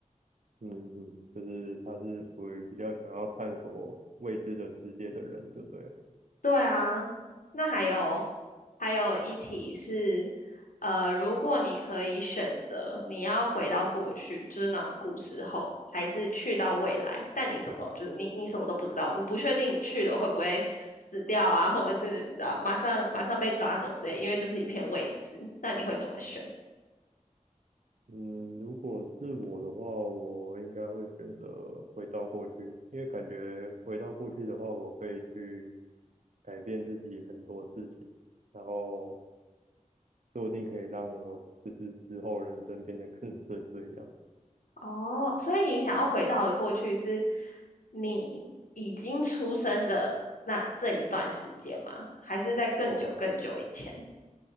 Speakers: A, on the right; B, on the left.
A: 嗯嗯，就是他是属于比较想要探索未知的世界的人，对不对了
B: 对啊，那还有还有一题是，呃，如果你可以选择，你要回到过去，就是那种古时候，还是去到未来，但你什么就是你你什么都不知道，你不确定你去了会不会死掉啊，或者是你知道马上马上被抓走之类，因为就是一片未知，那你会怎么选？
A: 嗯，如果是我的话，我应该会选择回到过去，因为感觉回到过去的话，我可以去改变自己很多事情，然后说不定可以让我就是之后人生变得更顺遂这样。
B: 哦，所以你想要回到的过去是你已经出生的那这一段时间吗？还是在更久更久以前？
A: 哦，